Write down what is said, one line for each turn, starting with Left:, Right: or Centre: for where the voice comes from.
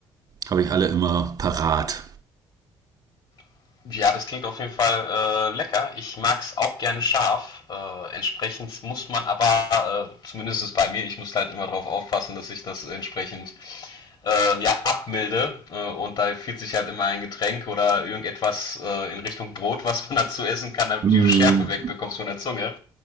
Right: habe ich alle immer parat.
Left: <laughs> ja, das klingt auf jeden Fall äh, lecker. Ich mag es auch gerne scharf. Äh, entsprechend muss man aber, äh, zumindest bei mir, ich muss halt immer darauf aufpassen, dass ich das entsprechend äh, ja, abmilde. Äh, und da empfiehlt sich halt immer ein Getränk oder irgendetwas äh, in Richtung Brot, was man <laughs> dazu essen kann, damit
Right: Mm,
Left: du die Schärfe wegbekommst von der Zunge.